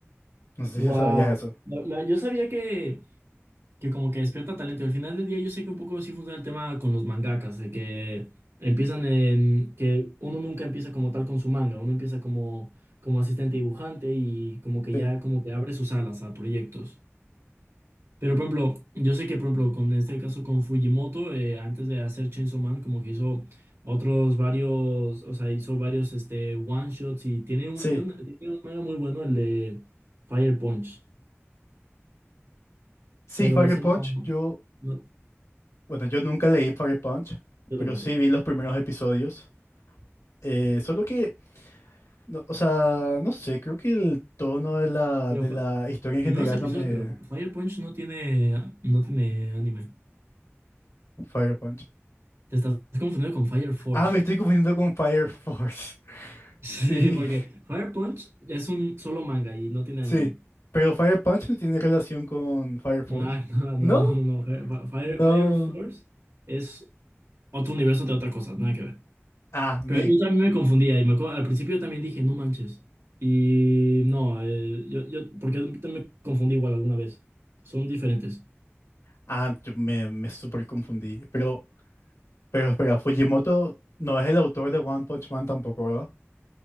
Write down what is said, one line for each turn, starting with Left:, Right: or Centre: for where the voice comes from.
Left: No sé
Right: Wow.
Left: si sabías eso.
Right: La- la- yo sabía que, que como que despierta talento. Y al final del día yo sé que un poco sí funciona el tema con los mangakas, de que empiezan en, que uno nunca empieza como tal con su manga, uno empieza como, como asistente dibujante y como que
Left: Sí,
Right: ya como que abre sus alas a proyectos. Pero por ejemplo, yo sé que por ejemplo con este caso con Fujimoto, eh, antes de hacer Chainsaw Man, como que hizo otros varios, o sea, hizo varios este one shots y tiene un,
Left: sí,
Right: tiene un, tiene un manga muy bueno, el de Fire Punch,
Left: sí,
Right: pero
Left: Fire
Right: ese
Left: Punch,
Right: no,
Left: yo,
Right: no,
Left: bueno, yo nunca leí Fire Punch,
Right: yo
Left: pero
Right: tampoco.
Left: sí vi los primeros episodios. Eh, solo que, no- o sea, no sé, creo que el tono de la,
Right: Pero
Left: de
Right: fue-
Left: la historia en
Right: primeros
Left: general
Right: episodios,
Left: no me,
Right: pero Fire Punch no tiene, no tiene anime.
Left: Fire Punch.
Right: Te estás confundiendo con Fire Force.
Left: Ah, me estoy confundiendo
Right: <laughs>
Left: con Fire Force. <laughs>
Right: Sí,
Left: Sí,
Right: porque Fire Punch es un solo manga y no tiene
Left: sí.
Right: anime.
Left: Pero Fire Punch no tiene relación con Fire Force.
Right: No, no,
Left: ¿No?
Right: no, no, no. no. Fire,
Left: No.
Right: Fire Force es otro universo de otra cosa, nada que ver.
Left: Ah, me,
Right: Pero yo también me confundía y me acuerdo- al principio yo también dije, no manches. Y no, eh, yo, yo, porque yo también me confundí igual alguna vez. Son diferentes.
Left: ah, yo me, me súper confundí. Pero, pero espera, Fujimoto no es el autor de One Punch Man tampoco, ¿verdad?